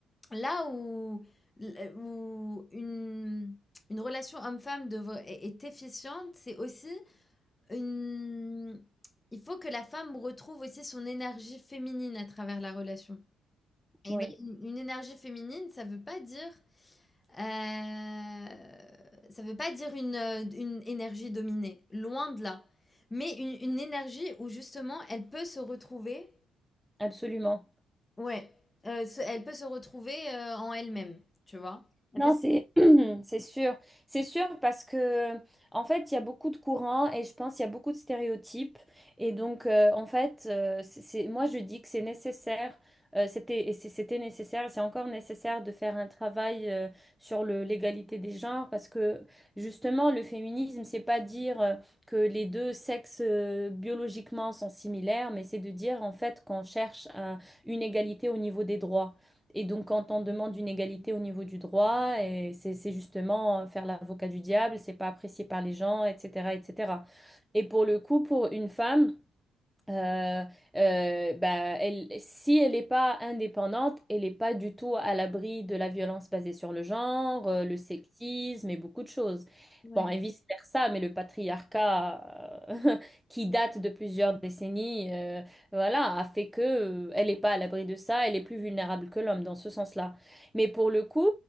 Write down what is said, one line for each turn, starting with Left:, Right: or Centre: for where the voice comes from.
Left: là où où une une relation homme-femme devrait- est est efficiente c'est aussi une... Il faut que la femme retrouve aussi son énergie féminine à travers la relation. Et
Centre: oui,
Left: une, une énergie féminine, ça veut pas dire, euh, ça veut pas dire une, euh, une énergie dominée, loin de là. Mais une, une énergie où justement elle peut se retrouver,
Centre: absolument.
Left: ouais, euh, se- elle peut se retrouver euh, en elle-même, tu vois. Elle
Centre: Non,
Left: peut se-
Centre: c'est <clears throat> c'est sûr. C'est sûr parce que en fait, il y a beaucoup de courants et je pense qu'il y a beaucoup de stéréotypes. Et donc, euh, en fait, euh, c'est, c'est- moi, je dis que c'est nécessaire. euh, c'était et c'est- c'était nécessaire, c'est encore nécessaire de faire un travail euh, sur le l'égalité des genres parce que justement, le féminisme, c'est pas dire euh, que les deux sexes euh, biologiquement sont similaires, mais c'est de dire en fait qu'on cherche euh, une égalité au niveau des droits. Et donc, quand on demande une égalité au niveau du droit, et c'est c'est justement euh, faire l'avocat du diable, c'est pas apprécié par les gens, etc., etc. Et cetera. Et pour le coup, pour une femme, euh, euh, bah, elle, si elle n'est pas indépendante, elle n'est pas du tout à l'abri de la violence basée sur le genre, euh, le sexisme et beaucoup de choses.
Left: Ouais.
Centre: Bon, et vice-versa, mais le patriarcat euh, <laughs> qui date de plusieurs décennies, euh, voilà, a fait que euh, elle n'est pas à l'abri de ça, elle est plus vulnérable que l'homme dans ce sens-là. Mais pour le coup,